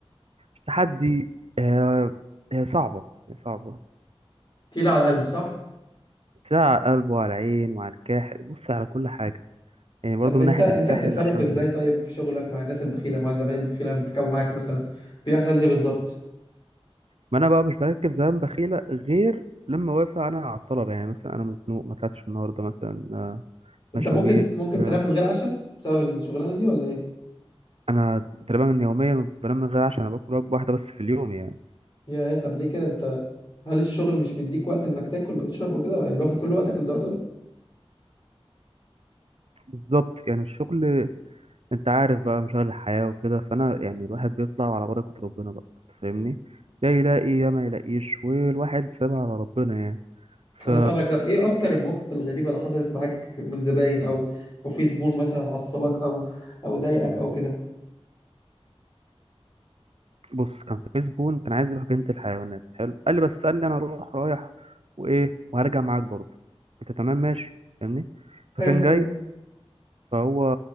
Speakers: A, on the right (about 65°); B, on the left (about 45°).
A: التحدي هي هي صعبه هي صعبه
B: تقيلة على القلب صح؟
A: تلاقي على القلب وعلى العين وعلى الكاحل بص على كل حاجه يعني برضو
B: طب
A: من
B: انت
A: ناحيه
B: انت
A: الكاحل
B: بتتصرف
A: عشان
B: ازاي طيب في شغلك مع الناس البخيلة مع الزباين البخيلة اللي بيركبوا معاك مثلا بيحصل ايه بالظبط؟
A: ما انا بقى مش بركب زمان بخيله غير لما وافق انا على الطلب يعني مثلا انا مزنوق ما طلعتش النهارده مثلا آه،
B: انت
A: مشاوير
B: ممكن ممكن
A: بتاع
B: تنام من غير عشاء بسبب الشغلانة دي ولا ايه؟
A: انا تقريبا يوميا بنام من غير عشان انا باكل وجبه واحده بس في اليوم يعني
B: يا ايه طب ليه كده انت هل الشغل مش بيديك وقت انك تاكل او تشرب او كده يعني بياخد كل وقتك للدرجة دي؟
A: بالظبط يعني الشغل انت عارف بقى مشاغل الحياة وكده فانا يعني الواحد بيطلع على بركة ربنا بقى انت فاهمني يا يلاقي يا ما يلاقيش والواحد سابها على ربنا يعني
B: انا
A: ف
B: فاهمك طب ايه اكتر المواقف الغريبة اللي حصلت معاك من زباين او او في زبون مثلا عصبك او او ضايقك او كده؟
A: بص كان في زبون كان عايز يروح جنينة الحيوانات حلو قال لي بس قال لي انا اروح رايح وايه وهرجع معاك برضه قلت تمام ماشي فاهمني فكان
B: حلو
A: جاي
B: جميل
A: فهو